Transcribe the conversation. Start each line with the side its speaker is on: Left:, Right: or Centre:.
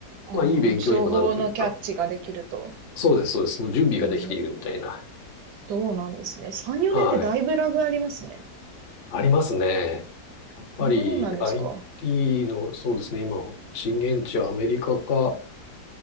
Right: ああ、
Left: まあ、いい勉強にもなるというか。
Right: 情報のキャッチができると。
Left: そうです、そうです。もう準備ができているみたいな。
Right: へえ、そうなんですね。3、4年ってだいぶラグありますね。
Left: はい。ありますね。やっぱり
Right: そんなもんなんですか
Left: IT の、そうですね、今、震源地はアメリカか